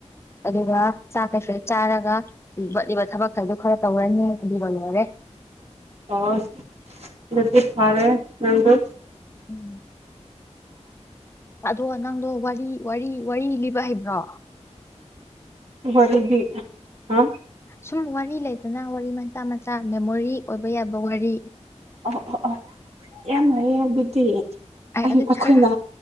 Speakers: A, on the left; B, on the right.
A: ꯑꯗꯨꯒ ꯆꯥꯛ ꯈ꯭ꯔꯦꯆꯤ ꯆꯥꯔꯒ ꯋꯥꯠꯂꯤꯕ ꯊꯕꯛ ꯈꯔꯗꯨ ꯈꯔ ꯇꯧꯔꯅꯤ ꯑꯗꯨꯒ ꯂꯣꯏꯔꯦ
B: ꯑꯣ ꯑꯗꯨꯗꯤ ꯐꯔꯦ ꯅꯪꯗꯤ
A: ꯎꯝ ꯑꯗꯣ ꯅꯪꯗꯣ ꯋꯥꯔꯤ ꯋꯥꯔꯤ ꯋꯥꯔꯤ ꯂꯤꯕ ꯍꯩꯕ꯭ꯔꯣ
B: ꯋꯥꯔꯤꯗꯤ ꯍꯥ
A: ꯁꯨꯝ ꯋꯥꯔꯤ ꯂꯩꯗꯅ ꯋꯥꯔꯤ ꯃꯆꯥ ꯃꯆꯥ ꯃꯦꯃꯣꯔꯤ ꯑꯣꯏꯕ ꯌꯥꯕ ꯋꯥꯔꯤ
B: ꯑꯣ ꯑꯣ ꯑꯣ ꯌꯥꯝ ꯂꯩꯌꯦ ꯑꯗꯨꯗꯤ ꯑꯩ
A: ꯑꯗꯨꯗꯤ
B: ꯑꯈꯣꯏꯅ
A: ꯈꯔ